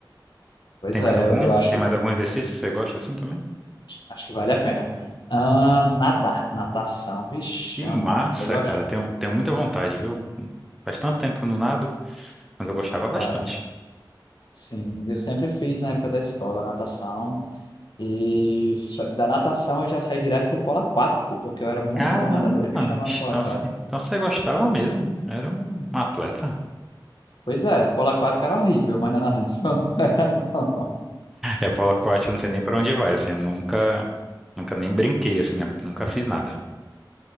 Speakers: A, on the left; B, in the centre.
A: Pois
B: Tem
A: é,
B: mais algum?
A: eu, eu acho
B: Tem
A: que
B: mais algum exercício que você gosta assim também?
A: acho que vale a pena. Ah, nadar, natação, vixe,
B: Que
A: amo.
B: massa,
A: Você gosta?
B: cara, tenho, tenho muita vontade, viu? Faz tanto tempo que eu não nado, mas eu gostava bastante.
A: Cara, sim. Eu sempre fiz na época da escola natação e fa- da natação eu já saí direto pro polo aquático, porque eu era muito
B: Caramba,
A: bom nadador e me chamaram
B: bicho,
A: para o
B: então,
A: polo
B: você-
A: aquático.
B: então você gostava mesmo. Era um atleta.
A: Pois é, polo aquático era horrível, mas na natação <laughs> era bom.
B: É, polo aquático, eu não sei nem pra onde vai, assim, nunca, nunca nem brinquei, assim, né? nunca fiz nada.